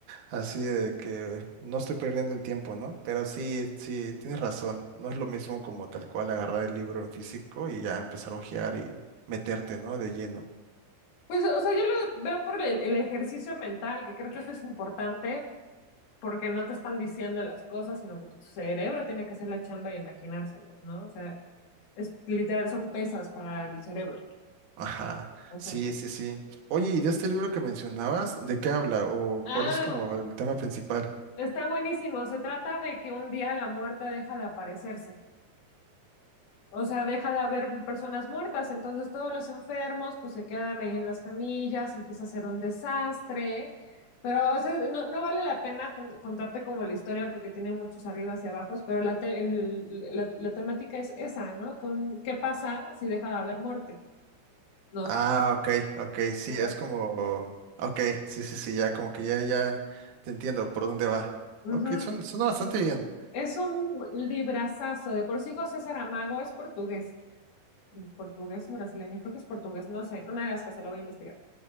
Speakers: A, on the right; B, on the left.
A: Así de que no estoy perdiendo el tiempo, ¿no? Pero sí, sí, tienes razón. No es lo mismo como tal cual agarrar el libro en físico y ya empezar a hojear y meterte, ¿no? De lleno.
B: Pues, o sea, yo lo veo por el, el ejercicio mental, que creo que eso es importante porque no te están diciendo las cosas, sino que tu cerebro tiene que hacer la chamba y imaginárselas, ¿no? O sea, es literal, son pesas para el cerebro.
A: Ajá,
B: O
A: sí,
B: sea,
A: sí, sí. Oye, ¿y de este libro que mencionabas, de qué habla o
B: ah,
A: cuál es como el tema principal?
B: está buenísimo. Se trata de que un día la muerte deja de aparecerse. O sea, deja de haber personas muertas, entonces todos los enfermos pues se quedan ahí en las camillas, empieza a ser un desastre, pero o sea, no, no vale la pena tan- contarte como la historia porque tiene muchos arribas y abajos, pero la, te- el- la, la temática es esa, ¿no? Con, ¿qué pasa si deja de haber muerte? ¿No?
A: Ah, ok, ok, sí,
B: Ahora,
A: es como, ok, sí, sí, sí, ya como que ya, ya te entiendo por dónde va.
B: ujú.
A: Ok, son, suena bastante bien.
B: Es un librazazo, de por sí José Saramago es portugués, portugués o brasileño, creo que es portugués, no sé, no me hagas caso, lo voy a investigar.